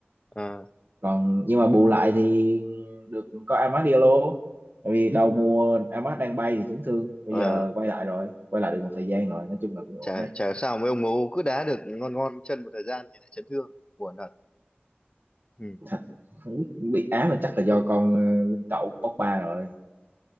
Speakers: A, on the left (about 25°); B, on the right (about 55°).
A: à,
B: còn nhưng mà bù lại thì được có Amad Diallo tại vì đầu mùa Amad đang bay thì chấn thương bây
A: à,
B: giờ quay lại rồi quay lại được một thời gian rồi nói chung là cũng
A: chả
B: ổn
A: chả sao mấy ông ngố cứ đá được ngon ngon chân một thời gian thì lại chấn thương buồn thật ừ.
B: thật không biết bị ám mà chắc là do
A: cũng
B: con ờ, linh cẩu của Pogba rồi